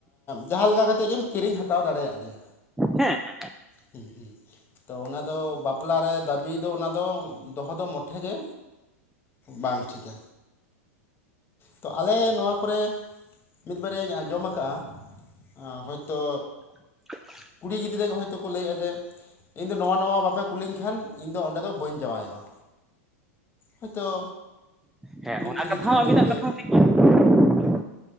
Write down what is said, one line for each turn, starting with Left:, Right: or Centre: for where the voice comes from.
Left: ᱡᱟᱦᱟᱸ ᱞᱮᱠᱟ ᱠᱟᱛᱮᱫ ᱜᱮᱢ ᱠᱤᱨᱤᱧ ᱦᱟᱛᱟᱣ ᱫᱟᱲᱮᱭᱟᱜ ᱜᱮᱭᱟ᱾
Centre: ᱦᱮᱸ
Left: ᱦᱮᱸ <unintelligible> ᱛᱚ ᱚᱱᱟᱫᱚ ᱵᱟᱯᱞᱟ ᱨᱮ ᱫᱟᱹᱵᱤ ᱫᱚ ᱚᱱᱟ ᱫᱚ ᱫᱚᱦᱚ ᱫᱚ ᱢᱩᱴᱷᱮ ᱜᱮ ᱵᱟᱝ ᱴᱷᱤᱠᱟ᱾ ᱛᱚ ᱟᱞᱮ ᱱᱚᱣᱟ ᱠᱚᱨᱮᱼ ᱢᱤᱫ ᱵᱟᱨᱭᱟᱧ ᱟᱸᱡᱚᱢ ᱟᱠᱟᱫ ᱟ ᱦᱚᱭᱛᱚ
Centre: <inaudible>
Left: ᱠᱩᱲᱤ ᱜᱤᱫᱽᱨᱟᱹ ᱜᱮ ᱦᱚᱭᱛᱳ ᱠᱚ ᱞᱟᱹᱭᱮᱫᱼᱟ ᱡᱮ, ᱤᱧ ᱫᱚ ᱱᱚᱣᱟ ᱱᱟ ᱵᱟᱯᱮ ᱠᱩᱞᱤᱧ ᱠᱷᱟᱱ ᱤᱧ ᱫᱚ ᱚᱸᱰᱮ ᱫᱚ ᱵᱟᱹᱧ ᱡᱟᱶᱟᱭᱚᱜᱼᱟ᱾ ᱦᱚᱭᱛᱳ
Centre: ᱦᱮᱸ ᱚᱱᱟ
Left: ᱯᱷᱨᱤᱡᱽ
Centre: ᱠᱟᱛᱷᱟ ᱦᱚᱸ
Left: ᱠᱩᱞᱟᱹᱧ
Centre: ᱟᱹᱵᱤᱱᱟᱜ
Left: ᱯᱮ
Centre: ᱠᱟᱛᱷᱟ ᱦᱚᱸ ᱴᱷᱤᱠ ᱜᱮᱭᱟ᱾